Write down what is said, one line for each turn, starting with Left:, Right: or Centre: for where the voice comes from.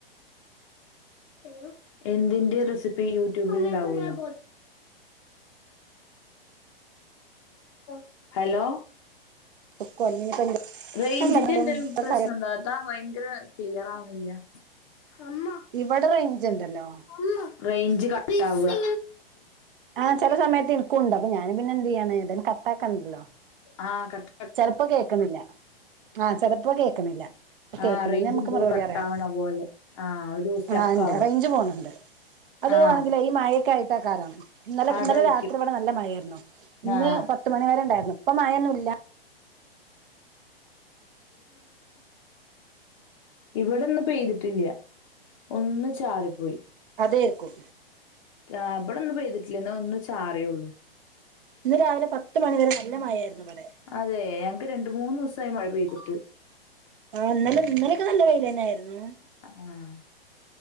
Left: <inaudible> എന്തിന്റെ റെസിപ്പി യൂട്യൂബിൽണ്ടാവോലോ <inaudible> <inaudible> ഹലോ
Right: <unintelligible>
Left: റേഞ്ചിന്റെ
Right: അല്ല
Left: എന്തേലും
Right: ഇപ്പൊ
Left: പ്രശ്നം
Right: കറി-
Left: ഉണ്ടോ താത്ത ഭയങ്കര ക്ലിയർ ആവണില്ല അമ്മ
Right: ഇവിടെ റേഞ്ച് ഉണ്ടല്ലോ
Left: അമ്മ റേഞ്ച് കട്ടാവ <inaudible>
Right: ആഹ് ചെല സമയത്ത് ഇൻക്കുണ്ട് അപ്പ ഞാന് പിന്നെന്ത് ചെയ്യാണ് ഏതായാലും കട്ടാക്കണ്ടല്ലോ
Left: ആഹ് കട്ട
Right: ചെലപ്പം കേക്കണില്ല ആഹ്‌ ചെലപ്പം കേക്കണില്ല കേക്കണേന്
Left: ആ റേഞ്ച്
Right: നമ്മക്ക്
Left: എന്തോ
Right: മറുപടി
Left: കട്ടാവണ
Right: പറയാം
Left: പോലെ ആ ഒരു സ്റ്റക്ക്
Right: ആഹ്‌ ഇണ്ട്
Left: ആവുക
Right: റേഞ്ച് പോണണ്ട് അത്
Left: ആ
Right: വാണെങ്കില് ഈ മഴക്കായിട്ടാക്കാരം ഇന്നലെ
Left: അതായിരിക്കും
Right: ഇന്നലെ രാത്രി ഇവിടെ നല്ല മഴായിരുന്നു ഇന്ന്
Left: ആ
Right: പത്ത് പത്ത് മണിവരെ ഉണ്ടായിരുന്നു ഇപ്പ മഴഴൊന്നുല്ല
Left: <unintelligible> ഇവിടെന്ന്‌ പെയ്തിട്ടില്ല ഒന്ന് ചാറിപ്പോയി
Right: അതേർക്കും
Left: ആഹ് ഇബടെന്ന് പെയ്തിട്ടില്ല ന്ന് ഒന്ന് ചാറേള്ളൂ
Right: ഇന്ന് രാവിലെ പത്ത് മണിവരെ നല്ല മഴാരുന്നു ഇവിടെ
Left: അതേയ് ഞങ്ങക്ക് രണ്ട്‌ മൂന്ന്‌ ദിവസായി മഴ പെയ്തിട്ട്
Right: ആഹ്‌ ഇന്നലെ ഇന്നലെക്കെ നല്ല വെയിലെന്നെ ആയിരുന്നു
Left: ആഹ്‌